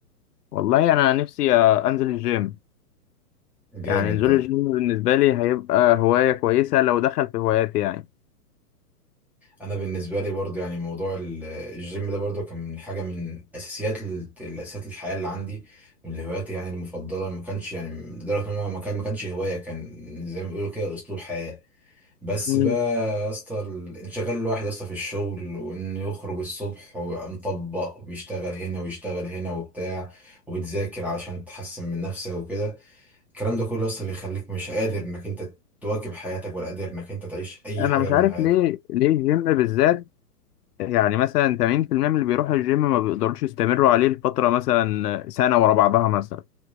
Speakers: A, on the left; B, in the centre.
A: والله انا نفسي آه، انزل الجيم
B: جامد
A: يعني نزول
B: ده
A: الجيم بالنسبه لي هيبقى هوايه كويسه لو دخل في هواياتي يعني
B: انا بالنسبه لي برضو يعني موضوع ال- الجيم ده برضو كان من حاجه من اساسيات ال- الاساسيات الحياه اللي عندي من هواياتي يعني المفضله ما كانش يعني لدرجه ان هو ما كان ما كانش هوايه كان زي ما بيقولوا كده اسلوب حياه بس
A: مم.
B: بقى يا اسطى ال- انشغال الواحد يا اسطى في الشغل وانه يخرج الصبح ويبقى مطبق وبيشتغل هنا ويشتغل هنا وبتاع وبتذاكر علشان تحسن من نفسك وكده الكلام ده كله يا اسطى بيخليك مش قادر انك انت تواكب حياتك ولا قادر انك انت تعيش اي
A: انا
B: حاجه
A: مش
B: من
A: عارف
B: حياتك
A: ليه ليه الجيم بالذات يعني مثلا 80% من اللي بيروحوا الجيم ما بيقدروش يستمروا عليه لفتره مثلا سنه ورا بعضها مثلا